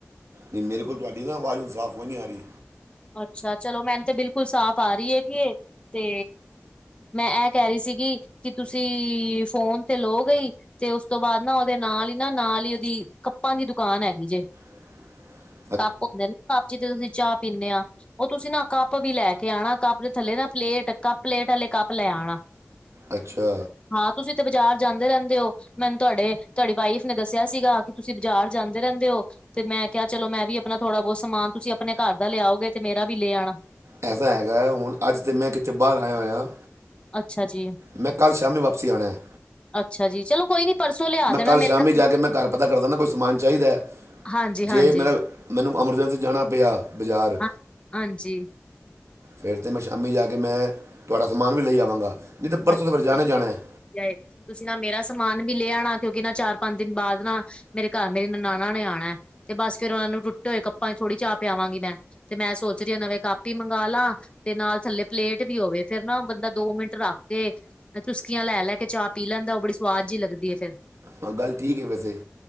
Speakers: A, on the right; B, on the left.
A: ਨਹੀਂ, ਮੇਰੇ ਕੋਲ ਤੁਹਾਡੀ ਨਾ ਆਵਾਜ਼ ਹੁਣ ਸਾਫ਼ ਕੋਈ ਨਹੀਂ ਆ ਰਹੀ।
B: ਅੱਛਾ ਚਲੋ ਮੈਨੂੰ ਤੇ ਬਿਲਕੁਲ ਸਾਫ਼ ਆ ਰਹੀ ਹੈਗੀ ਇਹ ਤੇ ਮੈਂ ਇਹ ਕਹਿ ਰਹੀ ਸੀਗੀ ਕਿ ਤੁਸੀਂ ਫੋਨ ਤੇ ਲੋ ਗਈ ਤੇ ਉਸ ਤੋਂ ਬਾਅਦ ਨਾ ਉਹਦੇ ਨਾਲ ਹੀ ਨਾ ਨਾਲ ਹੀ ਉਹਦੀ ਕੱਪਾਂ ਦੀ ਦੁਕਾਨ ਹੈਗੀ ਜੇ
A: <inaudible>
B: ਕੱਪ ਹੁੰਦੇ ਨਾ ਕੱਪ ਜਿਥ ਤੁਸੀਂ ਚਾਹ ਪੀਂਦੇ ਆ ਉਹ ਤੁਸੀਂ ਨਾ ਕੱਪ ਵੀ ਲੈ ਕੇ ਆਉਣਾ ਕੱਪ ਦੇ ਥੱਲੇ ਨਾ ਪਲੇਟ ਕੱਪ ਪਲੇਟ ਵਾਲੇ ਕੱਪ ਲੈ ਆਉਣਾ
A: ਅੱਛਾ
B: ਹਾਂ, ਤੁਸੀਂ ਤੇ ਬਾਜ਼ਾਰ ਜਾਂਦੇ ਰਹਿੰਦੇ ਹੋ। ਮੈਨੂੰ ਤੁਹਾਡੇ ਤੁਹਾਡੀ ਵਾਈਫ ਨੇ ਦੱਸਿਆ ਸੀਗਾ ਕਿ ਤੁਸੀਂ ਬਾਜ਼ਾਰ ਜਾਂਦੇ ਰਹਿੰਦੇ ਹੋ। ਤੇ ਮੈਂ ਕਿਹਾ, 'ਚਲੋ ਮੈਂ ਵੀ ਆਪਣਾ ਥੋੜ੍ਹਾ- ਬਹੁਤ ਸਮਾਨ। ਤੁਸੀਂ ਆਪਣੇ ਘਰ ਦਾ ਲਿਆਓਗੇ ਤੇ ਮੇਰਾ ਵੀ ਲੈ ਆਉਣਾ।
A: ਐਸਾ ਹੈਗਾ ਹੁਣ, ਅੱਜ ਤੇ ਮੈਂ ਕਿੱਥੇ ਬਾਹਰ ਆਇਆ ਹੋਇਆ।
B: ਅੱਛਾ ਜੀ,
A: ਮੈਂ ਕੱਲ ਸ਼ਾਮੇ ਵਾਪਸੀ ਆਣਾ ਹੈ
B: ਅੱਛਾ ਜੀ, ਚਲੋ ਕੋਈ ਨੀ। ਪਰਸੋਂ ਲਿਆ
A: ਮੈਂ
B: ਦੇਣਾ,
A: ਕੱਲ
B: ਮੇਕ
A: ਸ਼ਾਮੇ ਜਾ ਕੇ ਮੈਂ ਘਰ ਪਤਾ ਕਰਦਾ ਨਾ, ਕੋਈ ਸਮਾਨ ਚਾਹੀਦ
B: ਹਾਂਜੀ
A: ਜੇ?
B: ਹਾਂਜੀ
A: ਮੇ ਮੈਨੂੰ ਐਮਰਜੈਂਸੀ ਜਾਣਾ ਪਿਆ। ਬਜ਼ਾਰ
B: ਹਾਂ ਹਾਂਜੀ
A: ਫਿਰ ਤਾਂ ਮੈਂ ਸ਼ਾਮੀ ਜਾ ਕੇ ਮੈਂ, ਤੁਹਾਡਾ ਸਮਾਨ ਵੀ ਲਈ ਆਵਾਂਗਾ। ਨਹੀਂ ਤੇ ਪਰਸੋਂ
B: ਅੱਛਾ
A: ਤਾਂ ਫਿਰ
B: ਚਲ,
A: ਜਾਣਾ ਹੀ ਜਾਣਾ ਹੈ
B: ਆ ਤੁਸੀਂ ਨਾ ਮੇਰਾ ਸਮਾਨ ਵੀ ਲੇ ਆਣਾ। ਕਿਉਂਕਿ ਨਾ ਚਾਰ - ਪੰਜ ਦਿਨ ਬਾਅਦ ਨਾ ਮੇਰੇ ਘਰ ਮੇਰੀ ਨ ਨਾਣਾ ਨੇ ਆਉਣਾ, ਤੇ ਬਸ ਫੇਿਰ ਉਹਨਾਂ ਨੂੰ ਟੁੱਟੇ ਹੋਏ ਕੱਪਾਂ 'ਚ ਥੋੜੀ ਚਾਹ ਪਿਆਵਾਂਗੀ ਮੈਂ। ਤੇ ਮੈਂ ਸੋਚ ਰਹੀ ਹਾਂ, ਨਵੇਂ ਕਪ ਹੀ ਮਗਵਾਲਾ। ਤੇ ਨਾਲ ਥੱਲੇ ਪਲੇਟ ਵੀ ਹੋਵੇ, ਫੇਰ ਨਾ ਬੰਦਾ ਦੋ ਮਿੰਟ ਰੱਖ ਤੇ ਚੁਸਕੀਆਂ ਲੈ ਲੈ ਕੇ ਚਾਹ ਪੀ ਲੈਂਦਾ, ਉਹ ਬੜੀ ਸੁਵਾਦ ਜੀ ਲੱਗਦੀ ਏ ਫੇਰ।
A: ਹਾਂ, ਗੱਲ ਠੀਕ ਹੈ ਵੈਸੇ।